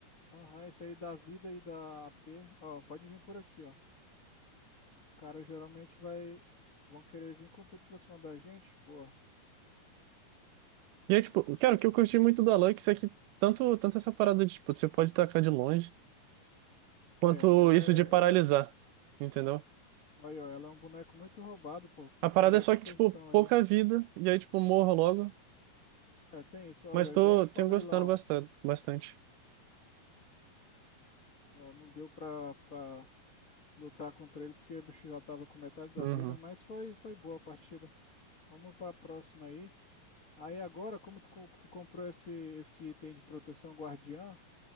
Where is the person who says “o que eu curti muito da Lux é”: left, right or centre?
Right